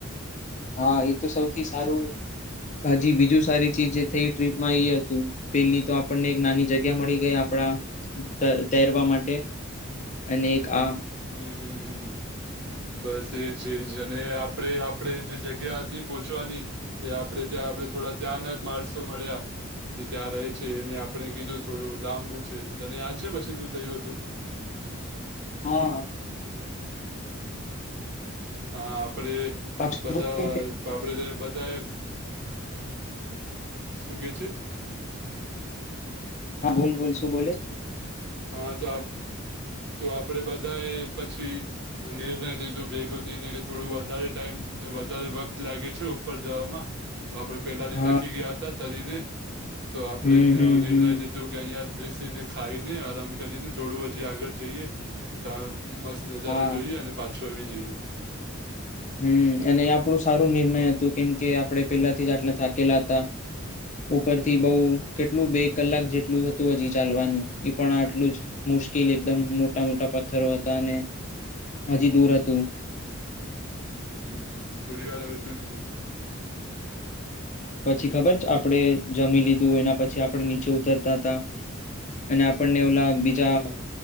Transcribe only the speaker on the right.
હું, હું, હું બસ એ જ જ અને આપણેે આપણેે જે જગ્યા હતી પોહોંચવાની એ આપણેે ત્યાં આપણે થોડા ત્યાંના જ માણસો મળ્યા જો ત્યાં રહે છે એને આપણે કીધું થોડું લાંબુ છે તો તને યાદ છે પછી શું થયું હતું
હા આપડે
બધા પાપડે રે બધાએ શું કે છે?
હા તો આપ તો આપડે બધાએ પછી અને નિર્ણય લીધો ભેગો થઈને કે થોડું વધારે ટાઈમ વધારે વખત લાગે છે ઉપર જવામાં તો આપડે પેલાથી
થકી ગયા હતા તરીને તો આપડે
તો
નિર્ણય
લીધો કીધું કે અહીંયા જ બેસીને ખાઈને, આરામ કરીને થોડું હજી આગળ જઈએ, સા મસ્ત નજારા
જોઈએ અને પાછું આવી જઈએ.
હમ્મ-હમ્મ-હમ્મ. થોડી વાર હવે તું જ બોલ.
હમ
હમ હમ